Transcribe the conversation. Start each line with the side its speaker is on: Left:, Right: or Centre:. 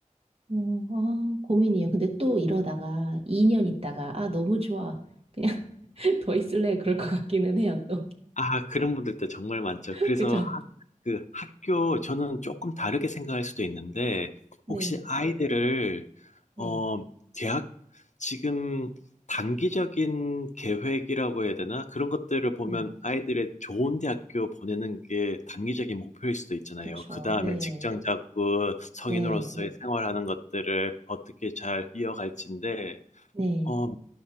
Right: 어, 아, 고민이에요. 근데 또 이러다가 2년 있다가, 아, 너무 좋아. 그냥 <laughs> 더 있을래. 그럴 것 같기는 해요, 또.
Left: 아, 그런 분들도 정말 많죠.
Right: <laughs>
Left: 그래서
Right: 그죠?
Left: 하- 그 학교, 저는 조금 다르게 생각할 수도 있는데,
Right: 네.
Left: 혹시 아이들을,
Right: 네.
Left: 어, 대학, 지금 단기적인 계획이라고 해야 되나? 그런 것들을 보면
Right: 네.
Left: 아이들의 좋은 대학교 보내는 게 단기적인 목표일 수도 있잖아요.
Right: 그쵸.
Left: 그 다음에
Right: 네.
Left: 직장 잡고 성인으로서의
Right: 네.
Left: 생활하는 것들을 어떻게 잘 이어갈지인데,
Right: 네.
Left: 어,